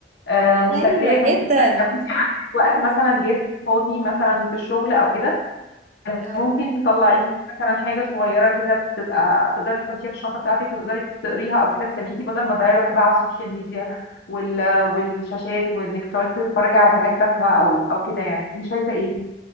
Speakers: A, on the left; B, on the right.
A: آه مسليه
B: ايوه
A: كمان
B: جدا
A: لو انت عندك وقت مثلا جايب فاضي مثلا في الشغل او كده
B: أو.
A: ممكن تطلعي مثلا حاجه صغيره كده بتبقى تقدري تحطيها في الشنطه بتاعتك وتقدري تقريها او كده تسليكي بدل ما تضيعي وقت بقى على السوشيال ميديا وال... والشاشات وانك تقعدي تتفرجي على حاجات تافهه او او كده يعني انت شايفه ايه؟